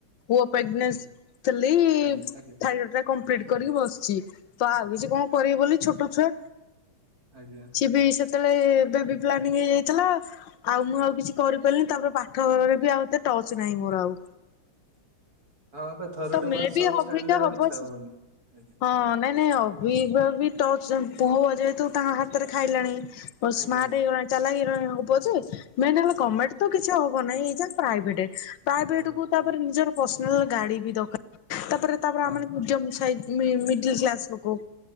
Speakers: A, on the left; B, on the right.
A: ପୁଅ ପିଗ୍ନେସ୍
B: ବୁଝି-
A: ଥିଲି।
B: ଆଜ୍ଞା ଆଜ୍ଞା
A: ଥାଇରଡ୍
B: ଆଜ୍ଞା
A: ଟା କମ କଂପ୍ଲିଟ୍ କରିକି ବସଚି। ତ ଆଉ କିଛି କଣ କରିବି ବୋଲି ଛୋଟ ଛୁଆ
B: ଆଜ୍ଞା
A: ସେ
B: ଆଜ୍ଞା।
A: ବି ସେତେବେଳେ ଏ ବେବି ପ୍ଲାନିଂ ହେଇଯାଇଥିଲା। ଆଉ ମୁଁ ଆଉ କିଛି କରିପାରିନି ତାପରେ ପାଠରେ ବି ଆଉ ଏତେ ଟଚ୍ ନାହିଁ ମୋର ଆଉ।
B: ହଁ ବା ଥରଟେ
A: ତ ମେ
B: ୱାନ୍ସ
A: ବି
B: ସଟ୍
A: ଅବିକା
B: ଛାଡ଼ିଲେ ଆଉ
A: ହବ
B: ଇଚ୍ଛା ହବନି ଆଜ୍ଞା
A: ହଁ ନାଇଁ ନାଇଁ ଅବିକା ବି ଟଚ ପୁଅ ଯେହେତୁ ତାଙ୍କ ହାତରେ ଖାଇଲାଣି ସ୍ମାର୍ଟ
B: ଆଜ୍ଞା ଆଜ୍ଞା
A: ହେଇଗଲାଣି। ଚାଲାକି ହେଇଗଲାଣି ମୋ ପୁଅ ଯେ ନାଇଁ ନାଇଁ ଗମେଣ୍ଟ
B: ଆଜ୍ଞା
A: ତ କିଛି ହବ ନାହିଁ ଏଇଯା ପ୍ରାଇଭେଟ। ପ୍ରାଇଭେଟ
B: ପ୍ରାଇଭେଟ୍
A: କୁ ତାପରେ
B: ଆଜ୍ଞା
A: ନିଜର ପର୍ସନାଲ ଗାଡ଼ି ବି ଦରକାର ତାପରେ ତାପରେ
B: ହଁ
A: ଆମେ ନିଜ
B: ହଁ ହଁ
A: ମିଶାଇ ମିଡିଲ୍ କ୍ଲାସ ଲୋକ